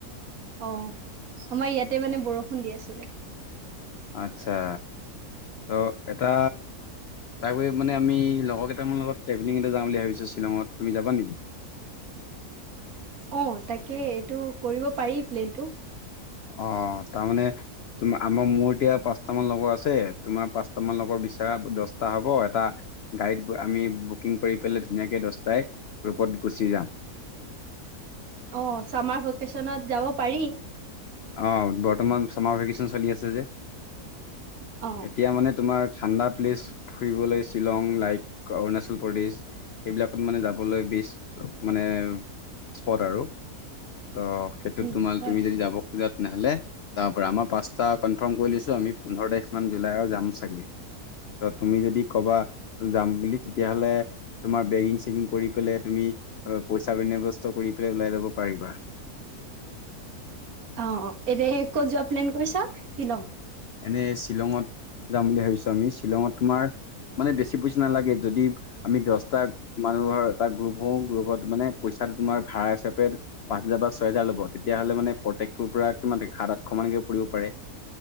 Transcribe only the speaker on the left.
আচ্ছা ত' এটা তাক গৈ মানে আমি লগৰকেইটামান অলপ ট্ৰেভেলিং এটা যাম বুলি ভাবিছো শ্বিলংত, তুমি যাবা নেকি?
অ তাৰমানানে তুমা আমাৰ মোৰ এতিয়া পাঁচটামান লগৰ আছে তোমাৰ পাঁচটামান লগৰ বিচৰা দহটা হব এটা গাড়ীত আমি বুকিং কৰি পেলাই ধুনীয়াকে দহটাই গ্ৰুপত গুচি যাম।
অ বৰ্তমান ছামাৰ ভেকেচন চলি আছে যে
এতিয়া মানে তোমাৰ। ঠাণ্ডা প্লেচ ফুৰিবলৈ শ্বিলং লাইক অৰুণাচল প্ৰদেশ সেইবিলাকত মানে যাবলৈ বেষ্ট মানে স্পট আৰু। অ' সেইটোত
তোমাৰ
তুমি যদি যাব খোজা তেনেহ'লে তাৰ পৰা আমাৰ পাঁচটা কনফাৰ্ম কৰি লৈছো আমি পোন্ধৰ তাৰিখ মান জুলাই যাম চাগে। তুমি যদি ক'বা যাম বুলি তেতিয়াহ'লে তোমাৰ বেগিং চেগিং কৰি পেলাই তুমি পইচা বিনাবস্ত কৰি পেলাই ওলাই লব পাৰিবা।
এনে শ্বিলঙত যাম বুলি ভাবিছো আমি। শ্বিলঙত তোমাৰ মানে বেছি পইচা নালাগে যদি আমি দহটা মানুহৰ এটা গ্ৰুপ। ময়ো গ্ৰুপত মানে পইচাটো তোমাৰ ভাৰা হিচাপে পাঁচ হাজজাৰ বা ছয়োজাৰ ল'ব তেতিয়াহ'লে মানে প্ৰত্যেকটোৰ পৰা কিমানে সাত আঠশ মানকে পৰিব পাৰে।